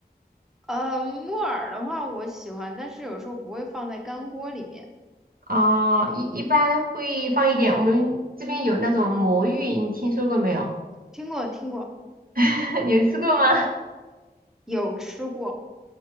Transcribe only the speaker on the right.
哦，一一般会放一点。我们这边有那种魔芋，你听说过没有？
<laughs> 你有吃过吗？